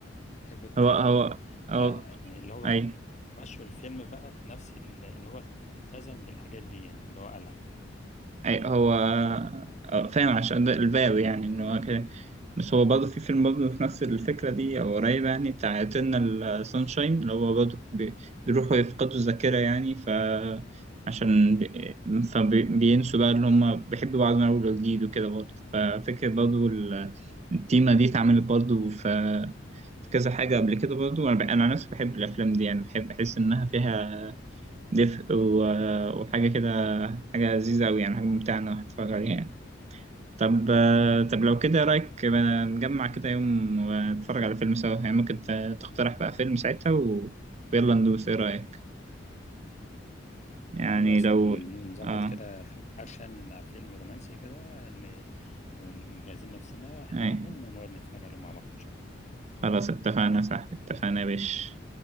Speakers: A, on the left (about 40°); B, on the right (about 35°).
A: بحبك
B: هو
A: وفاكرك
B: هو
A: ف
B: هو
A: يعني اللي هو
B: ايوه
A: مشوا الفيلم بقى في نفس ال... ان هو التزم بالحاجات دي يعني اللي هو قالها
B: أي هو آه، فاهم عشان ده الباوي يعني إن هو كده بس هو برضه في فيلم برضه في نفس الفكرة دي أو قريبة يعني بتاع إترنال سانشاين اللي هو برضه بي- بيروحوا يفقدوا الذاكرة يعني ف عشان بي- فبينسوا بقى إن هما بيحبوا بعض من أول وجديد وكده برضه ففكرة برضه ال- التيمة دي اتعملت برضه في في كذا حاجة قبل كده برضه أنا ب- أنا عن نفسي بحب الأفلام دي يعني بحب أحس إنها فيها دفء و- وحاجة كده حاجة لذيذة أوي يعني حاجة ممتعة إنك تتفرج عليها يعني طب آه، طب لو كده إيه رأيك بقى نجمع كده يوم ونتفرج على فيلم سوا يعني ممكن ت- تقترح بقى فيلم ساعتها و... ويلا ندوس إيه رأيك يعني
A: خلاص
B: لو
A: ن- نظبط
B: آه
A: كده فيلم أكشن مع فيلم رومانسي كده إن ونجهزين نفسنا حملهم
B: أي
A: ونقعد نتفرج عليهم مع بعض إن شاء الله
B: خلاص اتفقنا صح اتفقنا يا باشا